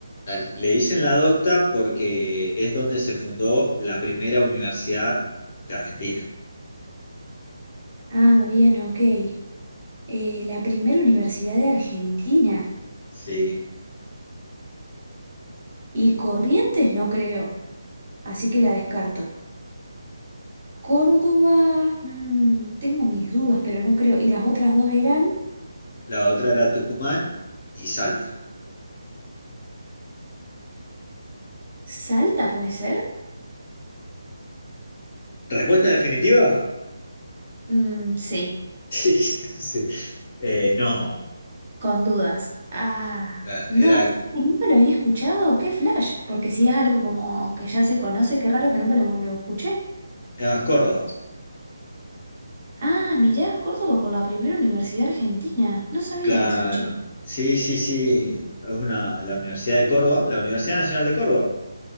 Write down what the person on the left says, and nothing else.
Dale. Le dicen la Docta porque es donde se fundó la primera universidad de Argentina.
Sí.
La otra era Tucumán y Salta.
¿Respuesta definitiva? <laughs>
Sí. Eh, no.
Era,
era
era Córdoba.
Claro,
sí, sí, sí, es una, la Universidad de Córdoba, la Universidad Nacional de Córdoba,